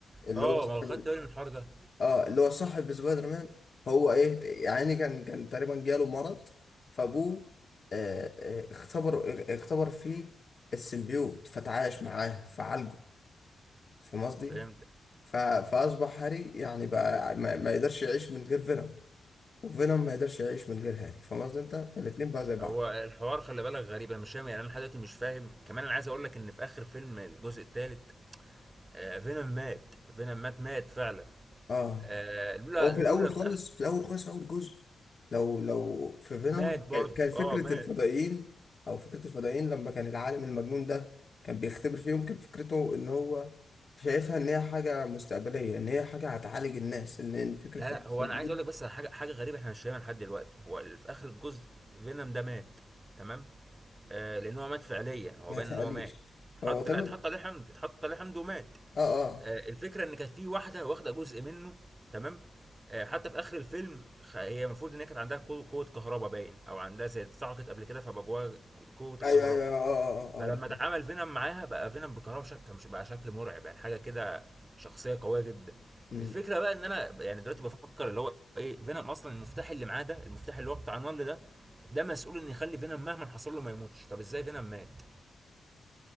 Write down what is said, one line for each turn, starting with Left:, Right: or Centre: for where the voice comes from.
Left: اللي
Right: اه
Left: هو صاحب
Right: ما هو خدت بالي من الحوار ده
Left: اه اللي هو صاحب سبايدر مان هو ايه يعني إيه، كان كان تقريبا جاله مرض فابوه آه، آه، اختبر اختبر فيه السيمبيوت فتعايش معاه فعالجه فاهم قصدي؟
Right: فهمت
Left: ف- فاصبح هاري يعني بقى ما, ما يقدرش يعيش من غير فينوم وفينوم ما يقدرش يعيش من غير هاري فاهم قصدي انت؟ فالاتنين بقى زي بعض
Right: هو الحوار خلي بالك غريب انا مش فاهم يعني انا لحد دلوقتي مش فاهم كمان انا عايز اقول لك ان في اخر فيلم الجزء الثالث آه فينوم مات فينوم مات مات فعلا
Left: اه
Right: آه لولا
Left: هو في
Right: لولا
Left: الاول خالص
Right: آه
Left: في الاول خالص في اول جزء لو لو في فينوم
Right: مات برضه
Left: كان كان فكره
Right: اه مات
Left: الفضائيين او فكره الفضائيين لما كان العالم المجنون ده كان بيختبر فيهم كان فكرته ان هو شايفها ان هي حاجه مستقبليه ان هي حاجه هتعالج الناس ان إن فكره
Right: لا لا
Left: السيمبيوت
Right: هو انا عايز اقول لك بس على حاجه حاجه غريبه احنا مش فاهمها لحد دلوقتي هو ال- في اخر الجزء فينوم ده مات تمام آه لان هو مات فعليا هو
Left: ما
Right: بان
Left: تقليش
Right: ان هو مات حط
Left: هو تمام
Right: لا اتحط عليه حمض اتحط عليه حمض ومات
Left: اه اه
Right: آه، الفكره ان كانت في واحده واخده جزء منه تمام آه، حتى في اخر الفيلم خ- هي المفروض ان هي كانت عندها قوه قوة كهرباء باين او عندها زي اتسعقت قبل كده فبقى جواها ق- قوه
Left: ايوه
Right: الكهرباء
Left: ايوه اه اه اه
Right: فلما
Left: آه، عرفت
Right: اتعامل فينوم معاها بقى فينوم بالكهرباء شك... كان مش بقى شكل مرعب يعني حاجه كده شخصيه قويه جدا
Left: أمم.
Right: الفكره بقى ان انا يعني دلوقتي بفكر اللي هو ايه فينوم اصلا المفتاح اللي معاه ده المفتاح اللي هو بتاع النمل ده ده مسؤول ان يخلي فينوم مهما حصل له ما يموتش طب ازاي فينوم مات